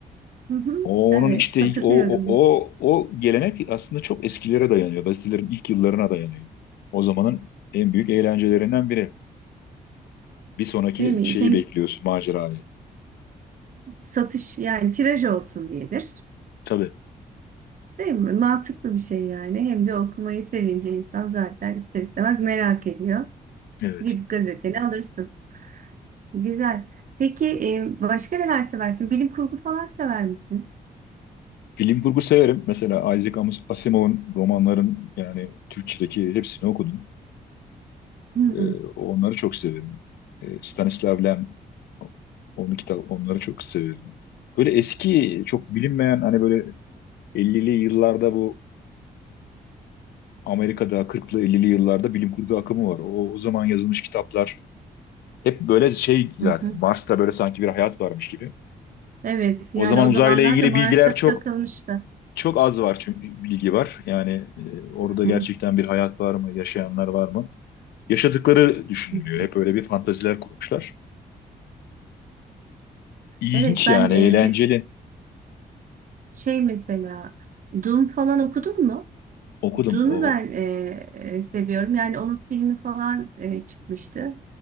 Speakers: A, on the right; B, on the left.
A: Hı hı.
B: O-
A: Evet
B: Onun işte
A: hatırlıyorum.
B: o, o, o, o gelenek aslında çok eskilere dayanıyor. Gazetelerin ilk yıllarına dayanıyor. O zamanın en büyük eğlencelerinden biri. Bir sonraki
A: Değil mi?
B: şeyi
A: Hem
B: bekliyorsun, macerayı.
A: satış yani tiraj olsun diyedir.
B: Tabii,
A: Değil mi? Mantıklı bir şey yani. Hem de okumayı sevince insan zaten ister istemez merak ediyor.
B: evet.
A: Gidip gazeteni alırsın. Güzel. Peki e, başka neler seversin? Bilim kurgu falan sever misin?
B: Bilim kurgu severim. Mesela Isaac Amos- Asimov'un romanların yani Türkçedeki hepsini okudum.
A: Hı
B: Ee,
A: hı.
B: onları çok severim. Ee, Stanislav Lem, onun kitap, onları çok severim. Böyle eski, çok bilinmeyen hani böyle 50'li yıllarda bu Amerika'da 40'lı 50'li yıllarda bilim kurgu akımı var. O, o zaman yazılmış kitaplar hep böyle şey zaten
A: Hı hı.
B: Mars'ta böyle sanki bir hayat varmış gibi.
A: Evet
B: O
A: yani
B: zaman
A: o
B: uzayla
A: zamanlarda
B: ilgili
A: Mars'a
B: bilgiler çok
A: takılmıştı.
B: çok az var çünkü bilgi var. Yani e, orada
A: Hı
B: gerçekten
A: hı.
B: bir hayat var mı, yaşayanlar var mı? Yaşadıkları düşünülüyor.
A: Hı hı.
B: Hep öyle bir fantaziler kurmuşlar. İlginç
A: Evet ben
B: yani,
A: e,
B: eğlenceli.
A: me- şey mesela Dune falan okudun mu?
B: Okudum.
A: Dune'u
B: O
A: ben e, e, seviyorum. Yani onun filmi falan e, çıkmıştı.